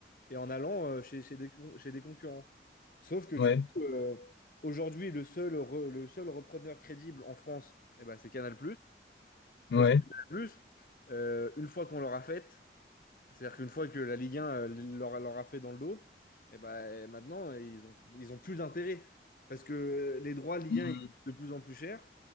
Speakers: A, on the left; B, on the left.
A: et en allant euh, chez, chez des, con- chez des concurrents. Sauf que du
B: ouais,
A: coup, euh, aujourd'hui, le seul, re- le seul repreneur crédible en France, eh ben, c'est Canal+. Sauf
B: ouais.
A: que Canal+, euh, une fois qu'on leur a fait, c'est-à-dire qu'une fois que la Ligue 1 euh, leur, leur a fait dans le dos, eh ben, maintenant, ils ont, ils ont plus d'intérêt. Parce que euh, les droits Ligue
B: Mmh,
A: 1 ils coûtent de plus en plus cher